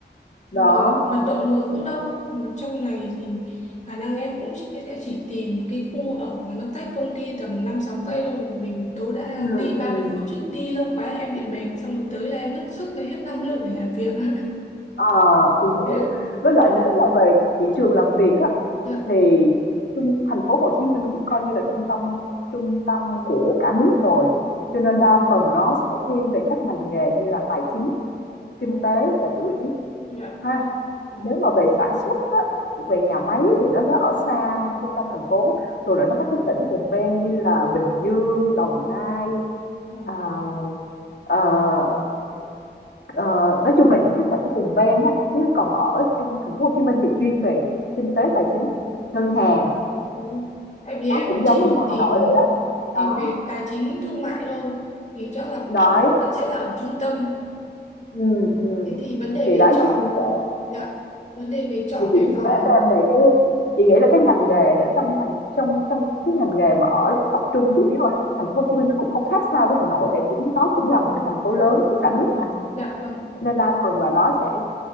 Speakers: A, on the left (about 70°); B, on the left (about 40°).
A: đó
B: Mà mật độ đường cũng đông, mà trong này thì khả năng em cũng chỉ, sẽ chỉ tìm cái khu ở mà nó cách công ty tầm năm sáu cây thôi để mình tối đa
A: ừ
B: đi ba
A: ừ
B: mươi phút chứ đi lâu quá em bị mệt xong rồi tới là em mất sức và hết năng lượng để làm việc. <laughs>
A: ờ thì hiểu
B: Dạ.
A: với lại nếu mà về thị trường làm việc á
B: Dạ.
A: thì trung- thành phố Hồ Chí Minh cũng coi như là trung tâm trung tâm của cả nước rồi cho nên
B: Ừ.
A: đa phần nó sẽ thiên về các ngành nghề như là tài chính
B: Ờ.
A: Kinh tế là chủ yếu
B: Dạ.
A: ha.
B: Ờ.
A: Nếu mà về sản xuất á, về nhà máy thì nó nó ở xa trung tâm thành phố, rồi là nó các cái tỉnh vùng ven như là Bình Dương, Đồng Nai,
B: Ờ.
A: à, ờ, ờ, nói chung là những cái tỉnh vùng ven á, chứ còn ở trung thành phố Hồ Chí Minh thì chuyên về kinh tế tài chính, ngân
B: Ờ.
A: hàng,
B: Ừ. Tại vì
A: nó
B: em
A: cũng
B: cũng
A: giống
B: chỉ
A: như ngoài
B: tìm
A: Hà Nội vậy đó. Đó,
B: tìm về tài chính thương mại thôi thì chắc là
A: đấy.
B: vẫn sẽ là ở trung tâm
A: Ừ, ừ.
B: thế thì vấn đề
A: Thì
B: về
A: đấy
B: trọ
A: chị chia sẻ
B: dạ vấn đề về trọ
A: Thì chị
B: về
A: chia
B: phòng
A: sẻ cho em về cái chị nghĩ là cái ngành nghề ở trong thành trong trong cái ngành nghề mà ở tập trung chủ yếu ở thành phố Hồ Chí Minh nó cũng không khác sao với Hà Nội tại cũng nó cũng là một cái thành phố lớn của cả nước mà
B: dạ vâng
A: Cho nên đa phần là nó sẽ